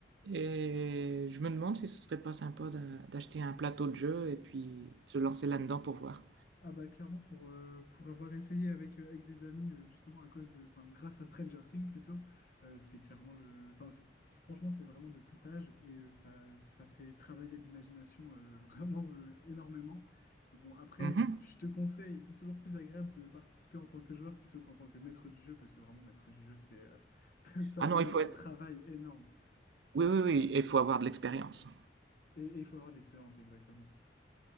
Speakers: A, on the right; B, on the left.
A: et je me demande si ce serait pas sympa d'a- d'acheter un plateau de jeu et puis de se lancer là-dedans pour voir.
B: Ah bah clairement pour, euh, pour avoir essayé avec, euh, avec des amis euh, justement à cause de enfin grâce à Stranger Things plutôt euh, c'est clairement le enfin c'est- c'est- franchement c'est vraiment de tout âge et euh, ça, ça fait travailler l'imagination euh, <laughs> vraiment euh, énormément. Bon après
A: Mhm.
B: je te conseille c'est toujours plus agréable de participer en tant que joueur plutôt qu'en tant que maître du jeu parce que vraiment maître du jeu c'est euh, <laughs> ça
A: Ah
B: demande
A: non, il faut
B: un
A: être...
B: travail énorme
A: Oui, oui, oui, il faut avoir de l'expérience.
B: et et il faut avoir de l'expérience exactement.